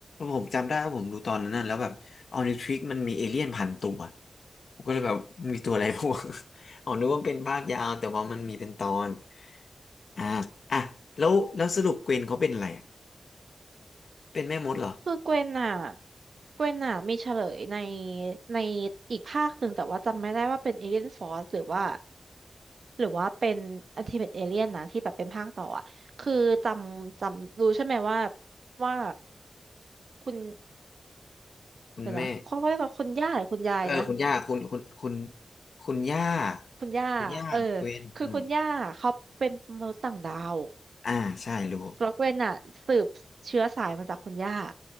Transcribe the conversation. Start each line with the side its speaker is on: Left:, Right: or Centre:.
Left: ผมจำได้ว่าผมดูตอนนั้นน่ะแล้วแบบออนิทริกมันมีเอเลี่ยนพันตัว ผมก็เลยแบบมันมีตัวอะไรพวก <laughs> อ๋อนึกว่ามันเป็นภาคยาวแต่ว่ามันมีเป็นตอน อ่าอ่ะแล้วแล้วสรุปเกวนเขาเป็นอะไรอ่ะ เป็นแม่มดเหรอ
Right: คือเกวนอ่ะเกวนอ่ะมีเฉลยในในอีกภาคหนึ่งแต่ว่าจำไม่ได้ว่าเป็นเอเลียนฟอร์สหรือว่าหรือว่าเป็นอันติเมทเอเลียนนะที่แบบเป็นภาคต่ออ่ะคือจำจำรู้ใช่ไหมว่าว่าคุณ
Left: คุณแม่
Right: เดี๋ยวนะเขาเรียกว่าคุณย่าหรือคุณยายนะ
Left: เออคุณย่าคุณคุณคุณคุณย่า
Right: คุณย่าเออ
Left: คุณย่าเกวนอืม
Right: คือคุณย่าเขาเป็นมนุษย์ต่างดาว
Left: อ่าใช่รู้
Right: แล้วเกวนอ่ะสืบเชื้อสายมาจากคุณย่า